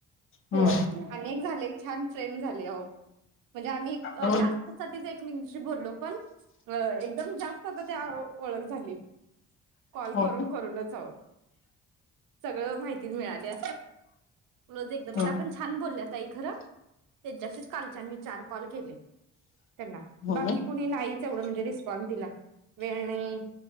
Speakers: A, on the left (about 40°); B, on the right (about 65°).
A: हं.
B: होय आणि एक झाले छान फ्रेंड झाले आहों म्हणजे आम्ही अ
A: हो
B: टास्कसाठीच एक <inaudible> म्हणजे बोलो पण एकदम जास्त आता ते ओळख झाले कॉल
A: हो
B: करून
A: ना.
B: करूनच आहो सगळं माहिती मिळाली आस रोज एक त्या
A: हं.
B: पण छान बोलल्या ताई खरं तेच्याशीच कालच्यान मी चार कॉल केले त्यांना
A: हो
B: बाकी
A: ना.
B: कुणी नाहीच एवढं म्हणजे रिस्पॉन्स दिला वेळ नाही